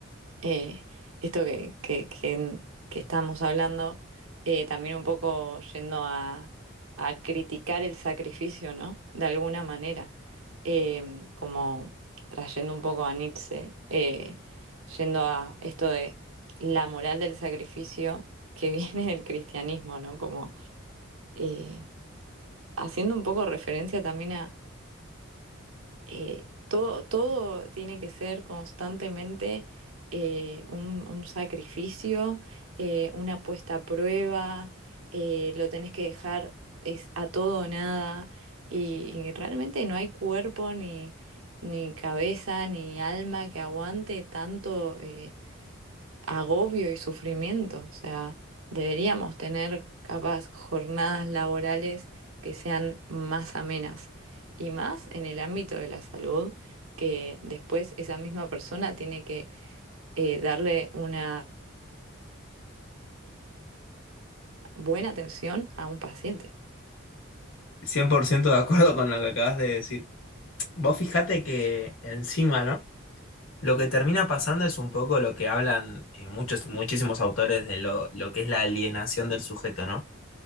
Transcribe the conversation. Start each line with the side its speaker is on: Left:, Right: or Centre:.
Right: eh, esto que, que, que- que estábamos hablando, eh, también un poco yendo a, a criticar el sacrificio, ¿no? De alguna manera, Eh, como trayendo un poco a Nietzsche, eh, yendo a esto de la moral del sacrificio que <laughs> viene del cristianismo, ¿no? Como eh, haciendo un poco referencia también eh, todo, todo tiene que ser constantemente eh, un, un sacrificio, eh, una puesta a prueba, eh, lo tenés que dejar es a todo o nada y, y realmente no hay cuerpo ni, ni cabeza ni alma que aguante tanto. eh, agobio y sufrimiento. O sea, deberíamos tener capaz jornadas laborales que sean más amenas y más en el ámbito de la salud, que después esa misma persona tiene que eh, darle una buena atención a un paciente.
Left: cien por ciento de acuerdo con lo que acabas de decir. Vos fijate que encima, ¿no? Lo que termina pasando es un poco lo que hablan eh, muchos, muchísimos autores de lo, lo que es la alienación del sujeto, ¿no?